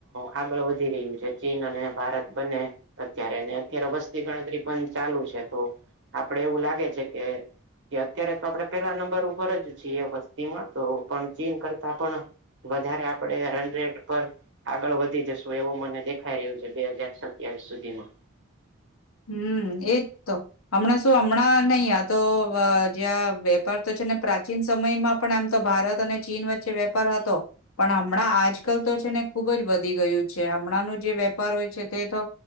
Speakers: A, on the right; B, on the left.
A: આગળ વધી રહ્યું છે ચીન અને ભારત બને અત્યારે અત્યારે વસ્તી ગણતરી પણ ચાલુ છે, તો આપડે એવું લાગે છે, કે અત્યારે તો આપડે પેલા નંબર ઉપર જ છીએ એ વસ્તુ તો પણ ચીન કરતા પણ વધારે આપણે રન રટ પર આગળ વધી જશું એવો મને દેખાઈ રહ્યો છે બે હાજાર સત્યાવીસ સુધીમા
B: હમ એજ તો હમણાં શું હમણાં નહી આ તો જ્યાં વેપાર તો છે, ને પ્રાચીન સમયમા પણ એમ તો ભારત અને ચીન વચ્ચે વેપાર હતો. પણ હમણાં આજકાલ તો છેને, ખુબજ વધી ગયું છે હમણાંનું જે વેપાર હોય છે, તે તો